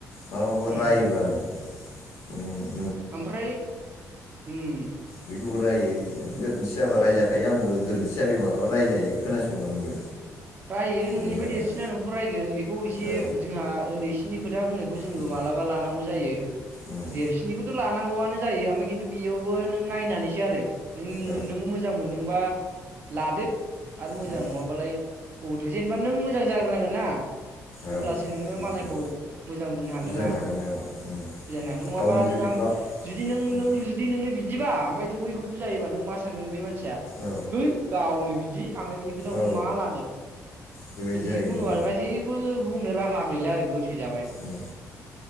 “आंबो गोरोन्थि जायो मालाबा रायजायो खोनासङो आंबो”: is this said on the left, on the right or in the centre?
Left